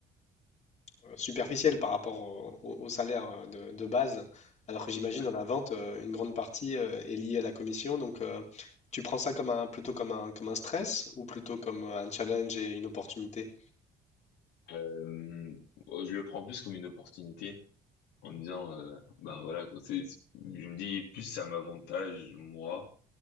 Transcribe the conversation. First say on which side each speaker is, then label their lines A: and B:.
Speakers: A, on the left; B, on the left.
A: euh, superficielle par rapport au, au- au salaire euh, de, de base, alors que j'imagine
B: Ouais.
A: dans la vente, euh, une grande partie euh, est liée à la commission. Donc, euh, tu prends ça comme un, plutôt comme un, comme un stress ou plutôt comme un challenge et une opportunité?
B: Euh, je le prends plus comme une opportunité en me disant, euh, bah voilà, c'est, c'est- je me dis plus ça m'avantage, moi,